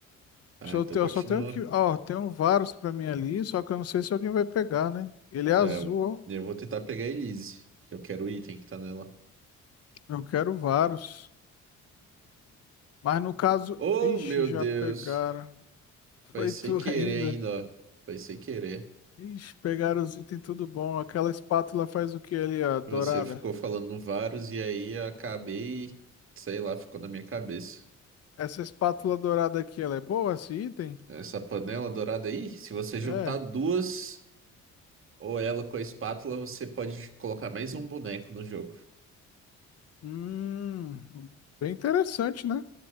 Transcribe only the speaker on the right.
Ah,
então
continua.
É, eu vou tentar pegar a Elise, que eu quero o item que tá nela.
Oh,
meu
Deus!
Foi
sem
querer
ainda, ó. Foi sem querer.
Você ficou falando no Varus e aí eu acabei, sei lá, ficou na minha cabeça.
Essa panela dourada aí, se você juntar
duas ou ela com a espátula, você pode colocar mais um boneco no jogo.